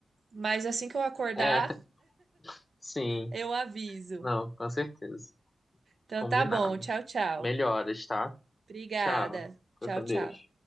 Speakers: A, on the right; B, on the left.
A: mas assim que eu acordar,
B: É, <laughs> sim.
A: eu aviso.
B: Não, com certeza.
A: Então
B: Combinado.
A: tá bom. Tchau, tchau.
B: Melhoras, tá?
A: Obrigada.
B: Tchau. Fica
A: Tchau,
B: com
A: tchau.
B: Deus.